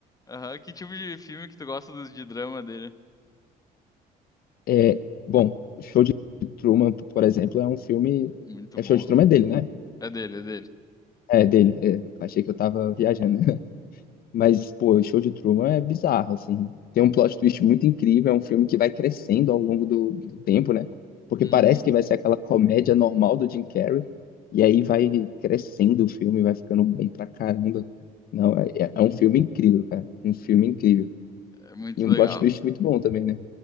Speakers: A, on the left (about 20°); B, on the left (about 60°).
A: Aham, Que tipo de filme que tu gosta dos de drama dele?
B: É, bom, Show de Truman, por exemplo, é um filme.
A: Muito
B: É
A: bom,
B: Show de
A: né?
B: Truman é dele, né?
A: É dele, é dele.
B: É dele. é. Achei que eu tava viajando. Mas, pô, o Show de Truman é bizarro, assim. Tem um plot twist muito incrível, é um filme que vai crescendo ao longo do, do tempo, né? Porque
A: Uhum.
B: parece que vai ser aquela comédia normal do Jim Carrey, e aí vai crescendo o filme, vai ficando bom pra caramba. Não, é, é é um filme incrível, cara. Um filme incrível.
A: É muito
B: E um
A: legal.
B: plot twist muito bom também, né?